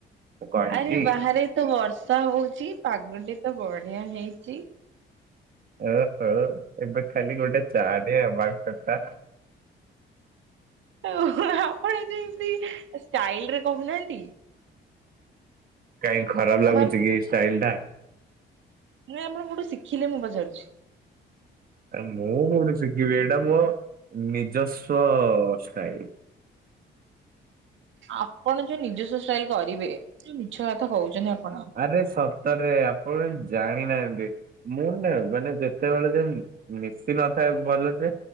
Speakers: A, on the right; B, on the right.
A: ମୁଁ କହିଛି
B: ଆରେ ବାହାରେ ତ ବର୍ଷା ହଉଚ ପାଗଟି ତ ବଢିଆ ହେଇଚି।
A: ଓ ହୋ ଏବେ ଖାଲି ଗୋଟେ ଚା ଟେ ହବା ଦକାର।
B: ଆପଣ ଯୋ ଏମିତି ଷ୍ଟାଇଲ ରେ କହୁନାହାନ୍ତି।
A: କାଇଁ ଖରାପ ଲାଗୁଛି
B: ଆପଣ
A: କି ଏ ଷ୍ଟାଇଲ ଟା।
B: ନାଇଁ ଆପଣ କୋଉଠ ଶିଖିଲେ ମୁଁ ପଚାରୁଛି?
A: ମୁଁ କୋଉଠି ଶିଖିବି ଏଇଟା ମୋ ନିଜସ୍ୱ ସ୍ାଇଳ।
B: ଆପଣ ଯୋଉ ନିଜସ୍ୱ ଷ୍ଟାଇଲ କରିବେ ମିଛ କଥା କହୁଛନ୍ତି ଆପଣ।
A: ଆରେ ସତରେ ଆପଣ ଜାଣିନାହାନ୍ତି ମୁଁ ନା ମାନେ ଯେତେବେଳେ ଯେ ମିଶି ନଥାଏ ଭଲ ସେ।